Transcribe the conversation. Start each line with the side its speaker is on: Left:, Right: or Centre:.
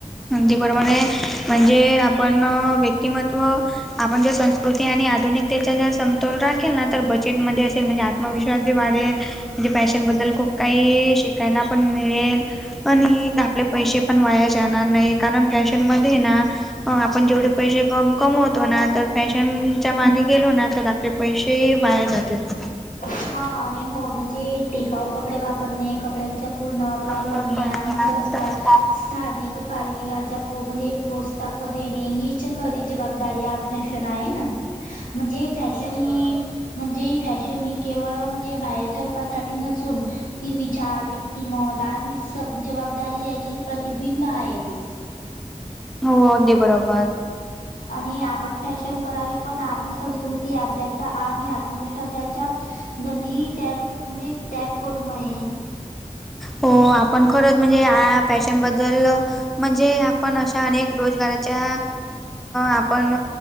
Centre: जप्रमाणे म्हणजे आपण व्यक्तिमत्त्व आपण जे संस्कृती. ते आणि आधुनिकतेचा जर समतोल राखेल ना तर बजेटमध्ये असे म्हणजे आत्मविश्वास वाढेल म्हणजे फॅशनबद्दल खूप काही शिकायला पण मिळेल. आणि आपले पैसे पण वाया जाणार नाही कारण फॅशन मध्ये ना? आपण जेवढे पैसे कमवतो ना तर फॅशनच्या मागे गेलो ना तर आपले पैसे वाया जातेत.
Left: हा आणि हो म्हणजे टिकाऊ कपडे वापरणे कपड्यांचा पूर्ण वापर
Centre: पूर्ण
Left: करणे आणि स स्थानिक कारगिराच्या म्हणजे प्रोस्ताक मध्ये. आणि हिच खरी जबाबदारी आप फॅशन आहे ना? म्हणजे फॅशन हि म्हणजे फॅशन हि म्हणजे बाहेरच्या रूपासाठी नसुन ती विचार व्यक्तिमत आणि सब जबाबदारी याची प्रतिबिंब आहे ते.
Centre: हो अगदी बरोबर.
Left: आणि आपण फॅशन करावी पण आपली संस्कृती अभ्याता आणि आत्मविश्वासा याच्या कधी त्याग म्हणजे त्याग करू नये.
Centre: हो आपण खरच म्हणजे आ फॅशन बद्दल म्हणजे आपण अश अनेक रोजगाराच्या आपण